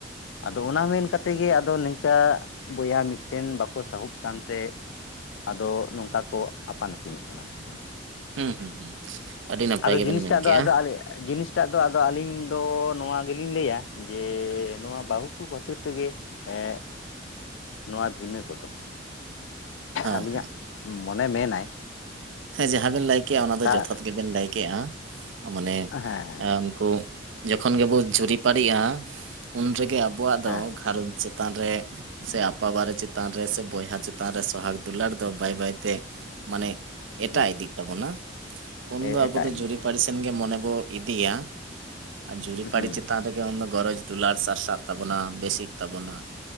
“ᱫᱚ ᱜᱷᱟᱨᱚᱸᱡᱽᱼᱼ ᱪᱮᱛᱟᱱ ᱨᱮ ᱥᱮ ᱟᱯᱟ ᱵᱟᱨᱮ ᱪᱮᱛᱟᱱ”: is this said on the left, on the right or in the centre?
Right